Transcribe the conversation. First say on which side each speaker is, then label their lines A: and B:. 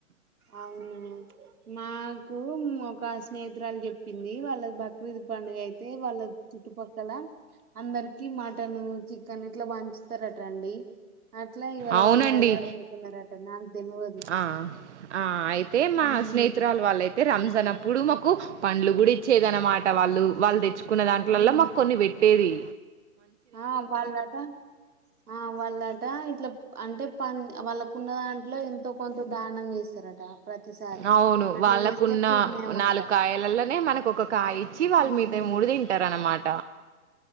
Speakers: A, on the right; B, on the right.
A: అవును మా ఓం ఒక స్నేహితురాలు చెప్పింది వాళ్ళ బక్రీద్ పండుగ అయితే వాళ్ళ చుట్టుపక్కల అందరికి మటన్ చి కానీ ఇట్లా పంచితరట అండి అట్లా ఇవాళ
B: అవునండి
A: వాళ్ళు అదే వండుకున్నారట నాకు తెల్వదు
B: ఆ ఆ అయితే మా
A: ఉమ్
B: స్నేహితురాలు వాళ్ళయితే రంజాన్ అప్పుడు మ కు పండ్లు కూడా ఇచ్చేది అన్నమాట వాళ్ళు వాళ్ళు తెచ్ కున్న దాంట్ల్లో
A: ఉమ్
B: మాకు కొన్ని పెట్ ఏది?
A: ఆ వాళ్ళలాట ఆ వాళ్లాట ఇట్ల అంటే పని వాళ్ళకు ఉన్న దాంట్లో ఎంతో కొంత దానం చేస్తారట ప్రతిసారి
B: అవును
A: అట్లా
B: వాళ్ళకున్న
A: చేస్తే పుణ్యమట
B: నాలుగు కాయలలోనే మనకు ఒక కాయ ఇచ్చి వాళ్ళ
A: ఉమ్
B: మీతా మూడు తింటారు అన్నమాట.